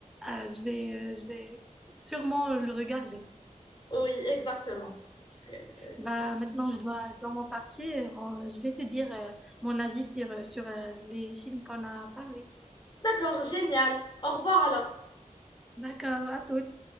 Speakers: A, in the centre; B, on the left.
A: euh, je vais, euh, je vais sûrement le regarder.
B: Oui, exactement. Donc, euh,
A: Bah, maintenant, je dois, je dois m'en partir. Euh, Je vais te dire, euh, mon avis sur, euh, sur, euh, les films qu'on a parlé.
B: D'accord, génial. Au revoir alors.
A: D'accord, à toutes.